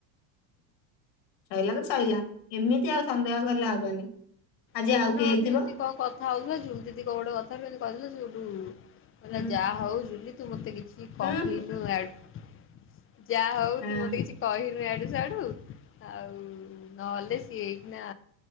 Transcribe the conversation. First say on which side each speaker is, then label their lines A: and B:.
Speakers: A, on the left; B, on the left.
A: ଶଇଲା ତ ଶଇଲା, ଏମିତି ଆଉ ସନ୍ଦେହ କଲେ ହବନି। ଆଜି
B: ସେ
A: ଆଉ
B: ଦିନ
A: କିଏ
B: ଯୋଉ
A: ହେଇଥିବ
B: ଏମିତି କଣ କ କଥାହେଉଥିଲା, ଜୁଲି ଦିଦି କୋଉ ଗୋଟ କଥାରୁ ଏମିତି କହି ଦେଲେ ସେଉଠୁ, କହିଲା
A: ଉଁ
B: ଯାହା ହଉ ଜୁଲି ତୁ ମୋତେ କିଛି
A: ହୁଁ
B: କହିନୁ ଇଆଡୁ, ଯାହା ହଉ
A: ହାଁ
B: ତୁ ମୋତେ କିଛି କହିନୁ ଇଆଡୁ। ସିଆଡ଼ୁ ଆଉ ନ ହେଲେ ସିଏ ଏଇଖିଣା